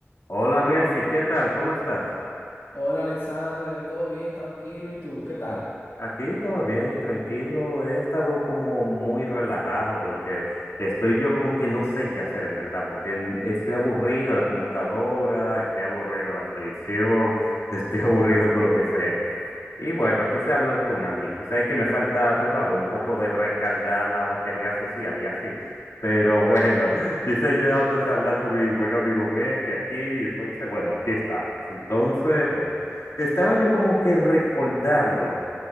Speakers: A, on the left; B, on the left.
A: Hola Mefi, ¿qué tal? ¿Cómo estás?
B: Hola Alexander, todo bien, tranquilo. ¿Y tú? ¿Qué tal?
A: Aquí todo bien y tranquilo. He estado como muy relajado porque estoy yo como que no sé qué hacer en verdad, porque en- estoy aburrido de la computadora, estoy aburrido de la televisión, estoy <laughs> aburrido con lo que sea. Y bueno, quise hablar con alguien, quizá es que me falta, tú sabes, un poco de recargar la batería social y así. Pero bueno, <laughs> quise yo entonces hablar con mi buen amigo Messi aquí, entonces bueno, aquí estamos. Entonces, bueno, estaba yo como que recordando